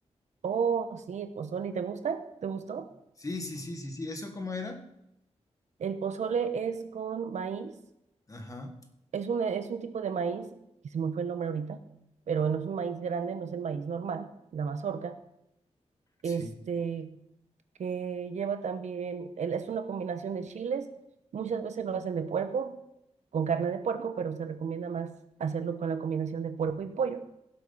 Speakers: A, on the right (about 80°); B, on the left (about 30°).
A: Oh, sí, el pozole, ¿te gusta? ¿Te gustó?
B: Sí, sí, sí, sí, sí. ¿Eso cómo era?
A: El pozole es con maíz,
B: Ajá,
A: es un, es un tipo de maíz, que se me fue el nombre ahorita, pero no es un maíz grande, no es el maíz normal, la mazorca, este,
B: sí.
A: que lleva también, el- es una combinación de chiles, muchas veces lo hacen de puerco, con carne de puerco, pero se recomienda más hacerlo con la combinación de puerco y pollo.